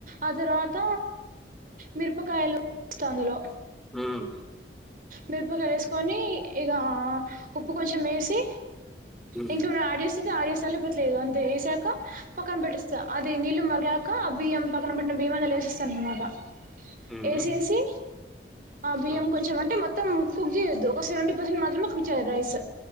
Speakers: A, on the right; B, in the centre.
A: ఆ తర్వాత మిరపకాయలు స్తా అందులో
B: మ్
A: మిరపకాయ ఏసుకొని ఇక ఉప్పు కొంచెం ఏసి
B: హ్మ్
A: ఇంకా యాడ్జెసింది యాడ్జెసల్లా పెట్లేదు అంతే ఏసాక పక్కన పెట్టెస్ చ్చ అది నీళ్ళు మరిగాక ఆ బియ్యం పక్కన పెట్టిన బియ్యమ అందులోలేేస్తనన్న మాట
B: హుహు.
A: ఏసేసి ఆ బియ్యం
B: హ్మ్.
A: కొంచెం అంటే మొత్ త్తం కుక్ చేయద్దు ఒక సెవెంటీ పర్సెంట్ మాత్రమే కుక్ చేయాలి రైస్